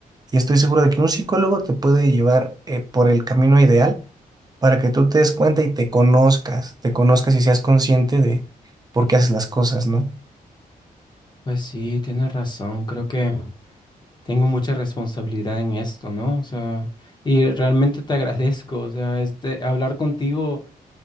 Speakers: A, on the right; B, on the left.
A: Y estoy seguro de que un psicólogo te puede llevar eh, por el camino ideal para que tú te des cuenta y te conozcas, te conozcas y seas consciente de por qué haces las cosas, ¿no?
B: Pues sí, tienes razón, creo que... tengo mucha responsabilidad en esto, ¿no? O sea, y realmente te agradezco, o sea, este, hablar contigo